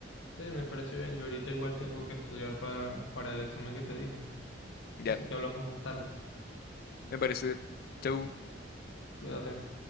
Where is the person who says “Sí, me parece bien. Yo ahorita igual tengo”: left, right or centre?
Left